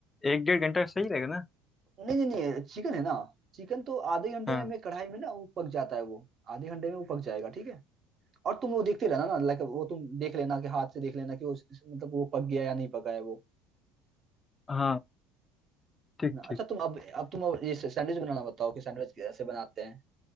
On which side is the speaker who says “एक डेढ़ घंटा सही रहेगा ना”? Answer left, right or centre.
Left